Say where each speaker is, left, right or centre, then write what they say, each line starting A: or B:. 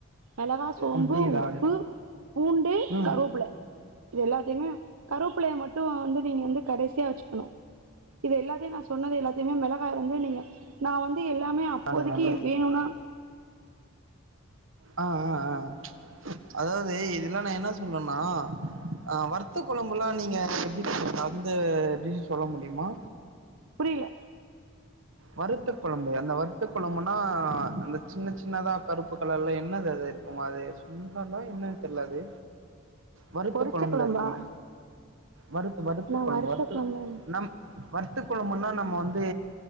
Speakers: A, on the right; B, on the right.
A: மெளகா சோம்பு
B: அப்டிங்களா?
A: உப்பு பூண்டு
B: ம்.
A: கருவேப்புல இது எல்லாத்தையுமே கருவேப்பில்லைய மட்டு வந்து நீங்க வந்து கடைசியா வச்சுக்கணு இது எல்லாத்தையு நா சொன்னது எல்லாத்தையுமே மெளகா வந்து நீங்க நா வந்து எல்லாமே அப்போதைக்கு
B: நல்லது, நல்லது.
A: சொன்ன
B: ஆ ஆ ஆ அதாவது இதுல்லா நா என்ன சொ சொன்னனா அ வறுத்த கொழம்புல்லா நீங்க எப்டி செ அந்த டிஷ் சொல்ல முடியுமா
A: புரில
B: வறுத்த கொழம்பு அந்த வறுத்த கொழம்புன்னா அந்த சின்ன சின்னதா கருப்பு கலர்ல என்னது அது குமா அது சுண்டலோ என்னன் தெர்ல அது வறுத்த
A: பொரிச்ச
B: கொழம்புல
A: குழம்பா
B: இருக்குமே வறுத்து வறுத்து
A: நான்
B: கொழம்பு
A: வறுத்த
B: வறுத்து
A: குழம்பு
B: நம் வற்த்த கொழம்புன்னா நம்ம வந்து